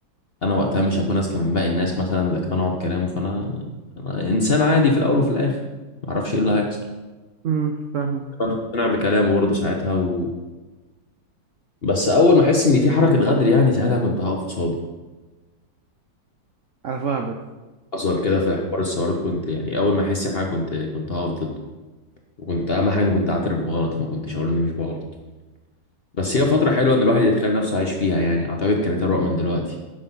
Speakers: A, on the left; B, on the right.
A: انا وقتها مش هكون اذكى من باقي الناس مثلا اللي اقتنعوا بكلامه فانا انا انسان عادي في الاول وفي الاخر معرفش ايه اللي هيحصل
B: امم
A: انا هقتنع بكلامه برضه ساعتها و... بس اول ما احس ان في حركه غدر يعني ساعتها كنت هقف قصاده
B: انا فاهمك
A: حصل كده في حوار السيارات كنت يعني اول ما احس بحاجه كنت كنت هقف ضده وكنت اهم حاجه اني كنت اعترف بغلطي ما كنتش اقول اني مش بغلط بس هي فتره حلوه ان الواحد يتخيل نفسه عايش فيها يعني اعتقد كانت اروق من دلوقتي